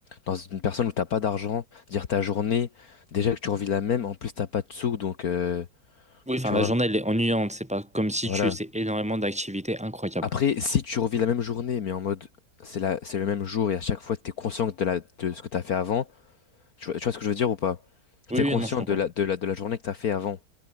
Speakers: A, on the left; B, in the centre.
A: dans une personne où t'as pas d'argent, dire ta journée, déjà que tu revis la même, en plus t'as pas de sous, donc, euh,
B: oui, enfin,
A: tu
B: la
A: vois,
B: journée, elle est ennuyante. C'est pas comme si
A: voilà.
B: tu faisais énormément d'activités incroyables.
A: Après, si tu revis la même journée, mais en mode, c'est la, c'est le même jour et à chaque fois t'es conscient de la, de ce que t'as fait avant, tu vois, tu vois ce que je veux dire ou pas?
B: Oui,
A: T'es
B: oui,
A: conscient
B: non, je comprends.
A: de la, de la, de la journée que t'as fait avant,